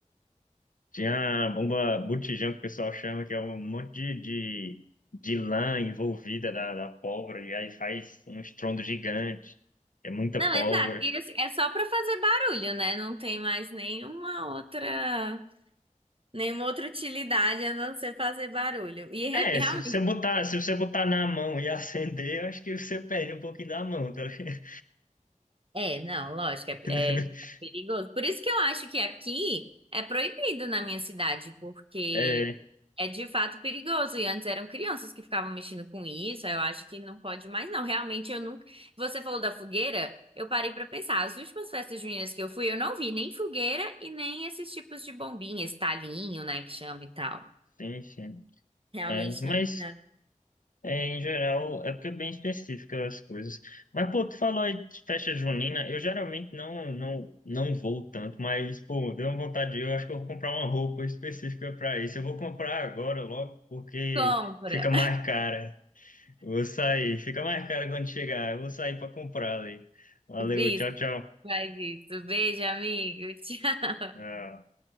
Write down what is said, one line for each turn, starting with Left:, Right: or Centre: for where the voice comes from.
Left: Tinha a bomba botijão, que o pessoal chama, que é um monte de, de, de lã envolvida da, da pólvora, e aí faz um estrondo gigante, é muita
Right: Não,
Left: pólvora.
Right: exato. E assim, é só pra fazer barulho, né? Não tem mais nenhuma outra, nenhuma outra utilidade a não ser fazer barulho. E re-
Left: É,
Right: realmente
Left: se você botar, se você botar na mão e <laughs> acender, eu acho que você perde um pouquinho da mão, tá ligado?
Right: É, não, lógico, é, é-
Left: <laughs>
Right: é perigoso. Por isso que eu acho que aqui é proibido na minha cidade, porque
Left: É,
Right: é de fato perigoso. E antes eram crianças que ficavam mexendo com isso, aí eu acho que não pode mais, não. Realmente eu nunca. Você falou da fogueira, eu parei pra pensar. As últimas festas juninas que eu fui, eu não vi nem fogueira e nem esses tipos de bombinha, esse talinho, né, que chama e tal.
Left: sim, sim.
Right: Realmente
Left: É, mas,
Right: não vi nada.
Left: é, em geral, é porque é bem específica as coisas. Mas, pô, tu falou aí de festa junina, eu geralmente não, não, não vou tanto, mas, pô, deu uma vontade, de ir, eu acho que eu vou comprar uma roupa específica pra isso. Eu vou comprar agora logo, porque
Right: Compra.
Left: fica mais cara. Eu vou sair, fica mais cara quando chegar. Eu vou sair pra comprar ali. Valeu,
Right: <laughs> Isso,
Left: tchau, tchau.
Right: faz isso. Beijo, amigo. <laughs> Tchau.
Left: Tchau.